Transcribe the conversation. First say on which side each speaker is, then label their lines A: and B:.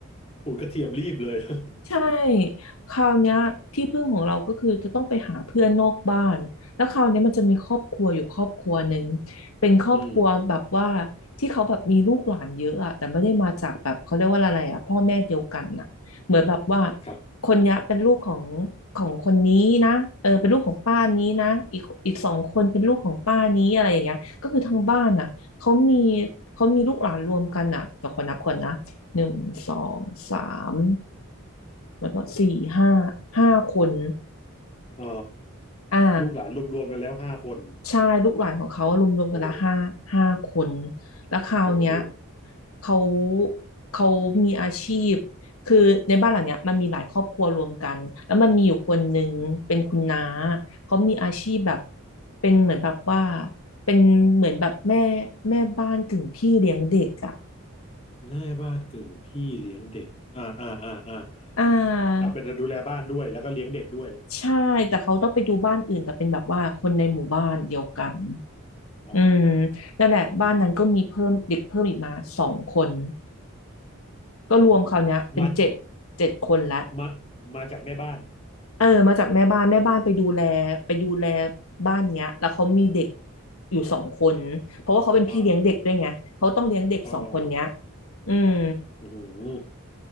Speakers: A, on the left; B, on the left.
A: โอ้ยกระเทียมรีบเลย <laughs>
B: ใช่คราวเนี้ยที่พึ่งของเราก็คือจะต้องไปหาเพื่อนนอกบ้านแล้วคราวเนี้ยมันจะมีครอบครัวอยู่ครอบครัวหนึ่งเป็นครอบครัวแบบว่า
A: อืม
B: ที่เขาแบบมีลูกหลานเยอะอะแต่ไม่ได้มาจากแบบเขาเรียกว่าอะไรอะพ่อแม่เดียวกันน่ะเหมือนแบบว่า
A: ครับ
B: คนเนี้ยเป็นลูกของของคนนี้นะเออเป็นลูกของป้านี้นะอีกอีกสองคนเป็นลูกของป้านี้อะไรอย่างเงี้ยก็คือทั้งบ้านน่ะเขามีเขามีลูกหลานรวมกันน่ะแต่ขอนับก่อนนะหนึ่งสองสาม แล้วก็สี่ห้าห้าคน
A: เออ
B: อ่า
A: ลูกหลานรวมๆไปแล้วห้าคน
B: ใช่ลูกหลานของเขารวมๆกันละห้าห้าคน
A: โอ้
B: แล้วคราวเนี้ย
A: เยอะอยู่
B: เขาเขามีอาชีพคือในบ้านหลังเนี้ยมันมีหลายครอบครัวรวมกันแล้วมันมีอยู่คนหนึ่งเป็นคุณน้าเขามีอาชีพแบบเป็นเหมือนแบบว่าเป็นเหมือนแบบแม่แม่บ้านกึ่งพี่เลี้ยงเด็กอ่ะ
A: แม่บ้านกึ่งพี่เลี้ยงเด็ก อ่าอ่าอ่าอ่า
B: อ่า
A: อ่าเป็นดูแลบ้านด้วยแล้วก็เลี้ยงเด็กด้วย
B: ใช่แต่เขาต้องไปดูบ้านอื่นแต่เป็นแบบว่าคนในหมู่บ้านเดียวกัน
A: อ๋อ
B: อืมนั่นแหละบ้านนั้นก็มีเพิ่มเด็กเพิ่มอีกมาสองคนก็รวมคราวเนี้ยเป็นเจ็ดเจ็ดคนละ
A: มามามาจากแม่บ้าน
B: เออมาจากแม่บ้านแม่บ้านไปดูแลไปดูแลบ้านเนี้ยแล้วเขามีเด็กอยู่สองคนเพราะว่าเขาเป็นพี่เลี้ยงเด็กด้วยไงเขาต้องเลี้ยงเด็กสองคนเนี้ย
A: อ่าอ่าอ่า
B: อืม
A: อือหือ <laughs>